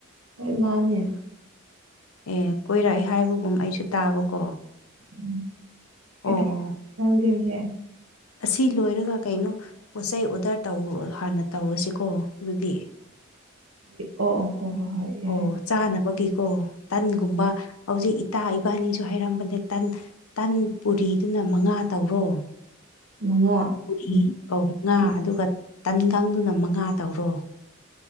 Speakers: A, on the right; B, on the left.
A: ꯍꯣꯏ ꯃꯥꯅꯦ
B: ꯑꯦ ꯀꯣꯏꯔꯛꯑꯦ ꯍꯥꯏꯕꯒꯨꯝ ꯑꯩꯁꯨ ꯇꯥꯕꯀꯣ
A: ꯎꯝ ꯀꯩꯗꯧ
B: ꯑꯣ
A: ꯅꯪꯗꯤ ꯍꯧꯖꯤꯛ
B: ꯑꯁꯤ ꯂꯣꯏꯔꯒ ꯀꯩꯅꯣ ꯄꯣꯠ ꯆꯩ ꯑꯣꯗꯔ ꯇꯧ ꯍꯥꯟꯅ ꯇꯧꯔꯁꯤꯀꯣ ꯑꯗꯨꯗꯤ
A: ꯑꯣ ꯑꯣ ꯍꫭꯏ ꯍꫭꯏ ꯌꯥꯏꯌꯦ
B: ꯑꯣ ꯆꯥꯅꯕꯒꯤꯀꯣ ꯇꯟꯒꯨꯝꯕ ꯍꯧꯖꯤꯛ ꯏꯇꯥ ꯏꯕꯥꯅꯤꯁꯨ ꯍꯥꯏꯔꯝꯕꯅꯦ ꯇꯟ ꯄꯨꯔꯤꯗꯨꯅ ꯃꯉꯥ ꯇꯧꯔꯣ
A: ꯃꯉꯥ
B: ꯄꯨꯔꯤ
A: ꯎꯝ
B: ꯑꯧ ꯃꯉꯥ
A: ꯎꯝ
B: ꯑꯗꯨꯒ ꯇꯟꯒꯪꯗꯨꯅ ꯃꯉꯥ ꯇꯧꯔꯣ